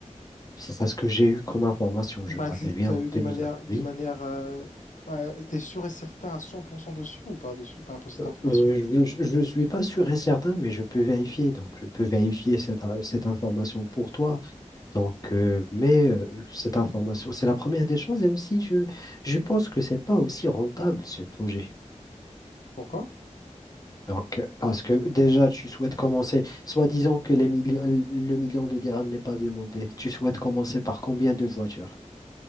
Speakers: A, on the left; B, on the left.
A: C'est ça ce que j'ai eu comme information,
B: Bah,
A: je me rappelle
B: t-
A: bien,
B: t'as
A: en
B: eu de
A: 2020.
B: manière, de
A: Oui.
B: manière, euh, bah, t'es sûr et certain à cent pour cent dessus ou pas dessus par rapport à cette
A: Euh,
B: information?
A: euh, je ne suis pas sûr et certain, mais je peux vérifier. Donc, je peux vérifier cette, cette information pour toi. Donc, euh, mais euh, cette information, c'est la première des choses. Et aussi, je, je pense que c'est pas aussi rentable, ce projet.
B: Pourquoi?
A: Donc, euh, parce que déjà, tu souhaites commencer, soi-disant que les millions, le million de dirhams n'est pas demandé. Tu souhaites commencer par combien de voitures?